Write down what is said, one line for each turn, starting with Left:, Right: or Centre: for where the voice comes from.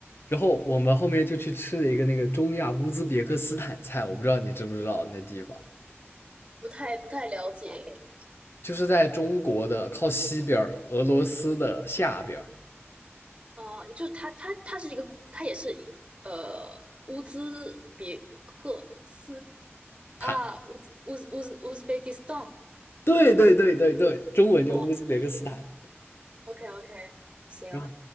Left: 然后我们后面就去吃了一个那个中亚乌兹别克斯坦菜，我不知道你知不知道那地方，
Right: 不太不太了解，
Left: 就是在中国的靠西边俄罗斯的下边儿。
Right: 啊，呃就他他他是一个古，他也是一个呃乌兹别克斯
Left: 坦，
Right: 啊乌兹乌兹乌兹乌兹别克斯坦
Left: 对对对对对，中文叫乌兹别克斯坦。
Right: 哦，OK OK，行，
Left: 然后，